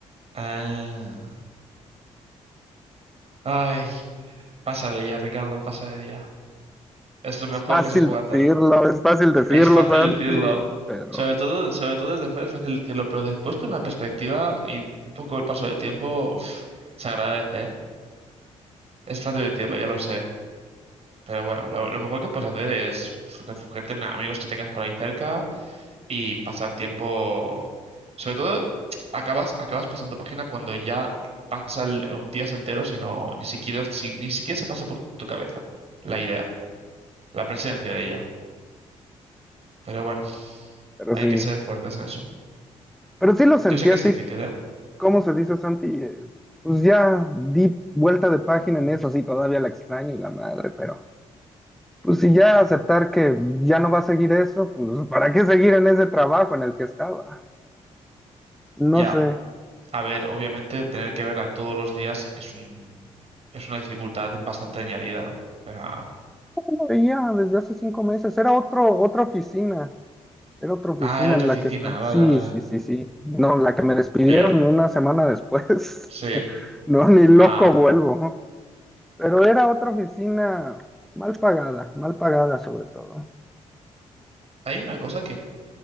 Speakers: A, on the right; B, in the centre.
A: Ah. Ay, pasa de ella, Ricardo, pasa de ella. Es lo mejor
B: Es fácil
A: que se puede
B: decirlo,
A: hacer.
B: es fácil decirlo,
A: Es fácil
B: Santi,
A: decirlo.
B: pero,
A: Sobre todo, sobre todo desde fuera es fácil decirlo, pero después con la perspectiva y un poco el paso del tiempo, uf, se agradece, ¿eh? Es fácil decirlo, ya lo sé. Pero bueno, lo, lo mejor que puedes hacer es refugiarte en amigos que tengas por ahí cerca y pasar tiempo. Sobre todo, acabas, acabas pasando página cuando ya pasa el- un días enteros y no, ni siquiera, si- ni siquiera se pase por tu cabeza la idea, la presencia de ella. Pero bueno,
B: pero
A: hay
B: sí.
A: que ser fuertes en eso.
B: Pero sí lo sentí
A: Yo sé que
B: así
A: es difícil, ¿eh?
B: ¿Cómo se dice, Santi? Eh, Pues ya di vuelta de página en eso, sí, todavía la extraño y la madre, pero pues si ya aceptar que ya no va a seguir eso, pues ¿para qué seguir en ese trabajo en el que estaba? No
A: Ya,
B: sé.
A: a ver, obviamente tener que verla todos los días es un, es una dificultad bastante añadida. O sea,
B: No Veía desde hace cinco meses, era otro, otra oficina, era otra oficina
A: ah, era otra
B: en la
A: oficina,
B: que estaba. Sí,
A: vale, vale.
B: sí, sí, sí. No, la que me despidieron
A: Pero,
B: una semana después.
A: sí,
B: <laughs> No, ni loco
A: ah, vale.
B: vuelvo. Pero era otra oficina mal pagada, mal pagada sobre todo.
A: Hay una cosa que